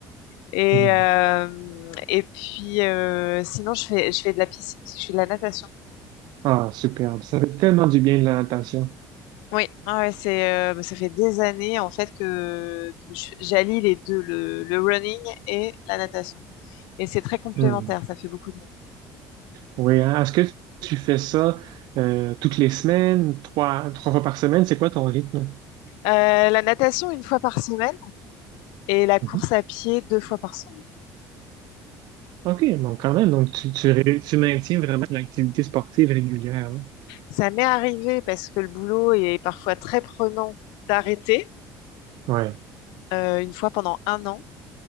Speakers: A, on the left; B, on the right.
A: Et,
B: Mhm.
A: euh, et puis, euh, sinon, je fais, je fais de la piscine, parce que je fais de la natation.
B: Ah, superbe. Ça fait tellement du bien de la natation.
A: Oui, ah ouais, c'est, euh, ça fait des années, en fait, que, que je- j'allie les deux, le, le running et la natation. Et c'est très complémentaire,
B: Hmm.
A: ça fait beaucoup de bien.
B: Oui, hein. Est-ce que tu fais ça euh, toutes les semaines, trois, trois fois par semaine? C'est quoi ton rythme?
A: Euh, la natation une fois par semaine et la course
B: Mhm.
A: à pied deux fois par semaine.
B: OK, bon, quand même. Donc, tu, tu, ré- tu maintiens vraiment une activité sportive régulière. hein.
A: Ça m'est arrivé parce que le boulot est parfois très prenant d'arrêter
B: Ouais. Ouais.
A: euh, une fois pendant un an.